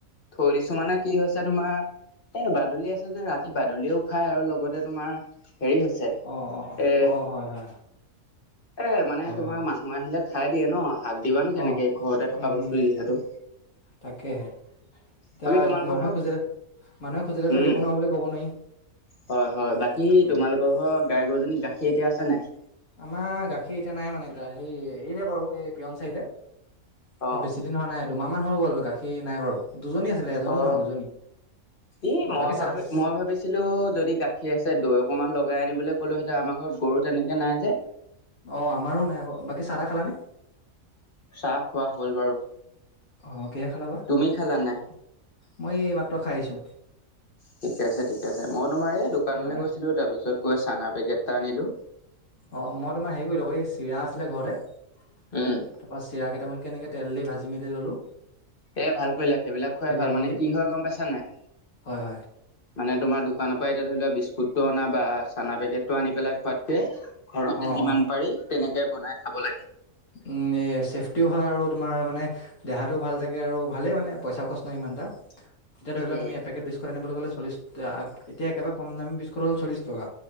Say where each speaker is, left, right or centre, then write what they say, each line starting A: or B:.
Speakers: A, on the left; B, on the left.
A: থৈদিছোঁ মানে কি হৈছে তোমাৰ এ বাদুলি আছে যে ৰাতি বাদুলিও খায় আৰু লগতে তোমাৰ হেৰি হৈছে
B: অ অ অ
A: এ
B: অ হয় হয়
A: এ মানে
B: হয়
A: তোমাৰ
B: হয়
A: মানুহ আহিলে খাই দিয়ে ন হাত দিবা নো কেনেকে
B: অ
A: ঘৰতে থকা
B: উম
A: বস্তু
B: উম
A: যিহেতু।
B: তাকেহে। এতিয়া
A: বাকী তোমালোকৰ
B: মানুহে
A: ঘৰত
B: খুজিলে মানুহে খুজিলেতো
A: উম
B: দিব নোৱাৰো বুলি কব নোৱাৰি
A: হয় হয় বাকী
B: উম
A: তোমালোকৰ ঘৰ গাই গৰুজনী গাখীৰ এতিয়া আছে নাই?
B: আমাৰ গাখীৰ এতিয়া নাই মানে হেৰি এৰিলে বাৰু এই পিয়ন চাৰিলে।
A: অ
B: এ বেছি দিন হোৱা নাই দুমাহ মান হৈ গ'ল গাখীৰ নাই বাৰু। দুজনী আছিলে এজনীও
A: অ
B: নহয় দুজনী।
A: ই মই
B: বাকী
A: ভাবি
B: চাহ
A: মই ভাবিছিলো যদি গাখীৰ আছে দৈ অকনমান লগাই আনিবলৈ ক'লো আমাৰ ঘৰত গৰু তেনেকে নাই যে
B: অ আমাৰো নাই আকৌ বাকী চাহ তাহ খালানে?
A: চাহ খোৱা হ'ল বাৰু।
B: অ কিহে খালা বা?
A: তুমি খালা নাই
B: মই মাত্ৰ খাই আহিছো।
A: ঠিকে আছে ঠিকে আছে। মই তোমাৰ এই দোকানলৈ
B: তোমাৰ
A: গৈছিলো তাৰপিছত গৈ চানা পেকেট এটা আনিলোঁ।
B: অ মই তোমাৰ হেৰি কৰিলো এই চিৰা আছিলে ঘৰতে তাৰ
A: উম
B: পৰা চিৰা কেইটামান হেনেকে তেল দি ভাজি মেলি ললোঁ।
A: এ ভাল কৰিলা। সেইবিলাক খোৱাই ভাল
B: অকণ
A: মানে
B: দি
A: কি হয় গম পাইছা নাই?
B: হয় হয়
A: মানে তোমাৰ দোকানৰ পৰা এতিয়া ধৰি লোৱা বিস্কুতটো অনা বা চানা পেকেট টো আনি পেলাই খোৱাতকে ঘৰতে
B: অ
A: যিমান
B: অ
A: পাৰি তেনেকে বনাই খাব লাগে
B: উম এ চেফটিও হয় আৰু তোমাৰ মানে দেহাটোও ভাল থাকে আৰু ভালেই মানে পইচা খৰছ নহয় ইমান। <unintelligible> এতিয়া ধৰি লোৱা
A: উম
B: তুমি এপেকেট আনিব গ'লে চলিছ টকা। এতিয়া একেবাৰে কম দাম বিস্কুট হ'ল চলিছ টকা